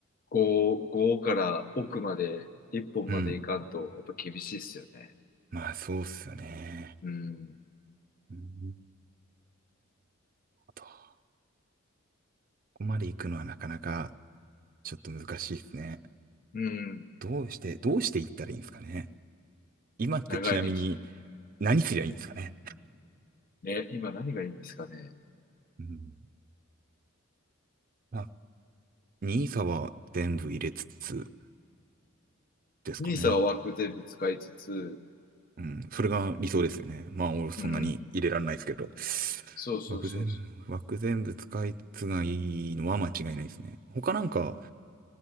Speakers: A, on the left; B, on the right.
A: 5、5から奥まで、一本まで行かんと、
B: うん。
A: やっぱ厳しいっすよね。
B: まあそうっすよね。
A: うん。
B: うん。どこまで行くのはなかなかちょっと難しいですね。
A: うん。
B: どうして、どうして行ったらいいんですかね。今ってちなみに
A: 長い道。
B: 何すりゃいいんですかね。
A: ね、今何がいいんですかね。
B: うん。まあ、n i は全部入れつつですかね。
A: 兄さんは枠全部使いつつ、
B: うん。それが理想ですよね。まあ俺そんなに入れられないですけど。
A: うん。そうそうそうそう。
B: 枠全部、枠全部使いつがいいのは間違いないですね。他なんか